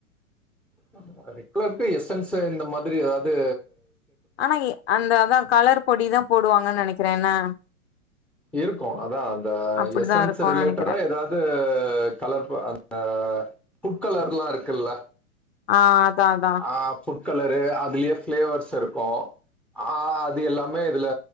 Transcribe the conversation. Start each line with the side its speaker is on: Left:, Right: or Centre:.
Centre: <unintelligible> ரெட் கலர்க்கு எஸ்சன்சு இந்த மாதுரி எதாது
Left: அனா எ அந்த அதா கலர் பொடி தா போடுவாங்க நெனக்கிறே நா
Centre: இருக்கு அதா அந்த
Left: அப்டிதா
Centre: எசன்ஸ்
Left: இருக்கும்னு
Centre: ரிலேட்டடா
Left: நெனைக்கிறே
Centre: ஏதாது கலர் பு அந்த ஃபுட் கலர்ல்லா இருக்குல்ல
Left: ஆ அதா அதா
Centre: ஆ ஃபுட் கலரு அதுலே ஃப்ளேவர்ஸ் இர்க்கு அ அது எல்லாமே இதுல